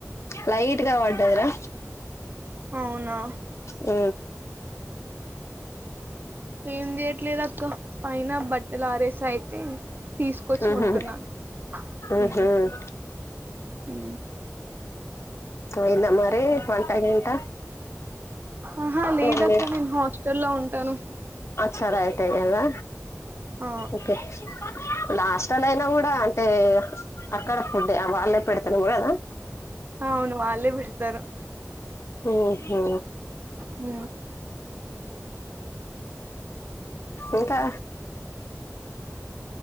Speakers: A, on the left (about 60°); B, on the right (about 40°).
A: లై ట్టుగా వడ్డదిరా
B: అవునా
A: ఊ
B: ఏం చేయట్లేదు అక్క పైన బట్టలు ఆరేసైతే తీసుకొచ్చుకుంటున్నాను
A: మ్ హు మ్
B: ఊ
A: హు
B: ఊ
A: పోయిందా మరి వంట గింట
B: ఆహా లేదక్క
A: మమ్మీ
B: నను హాస్ స్టల్లో ఉంటాను
A: సరా అయితే గదా
B: ఆ
A: ఓకే లాస్టల్ అయినా గూడా అంటే అక్కడ ఫుడ్ వాళ్ళే పెడుతానేమో గదా
B: అవును వాళ్లే బెడతారు
A: ఊహూ
B: ఊ
A: ఇంకా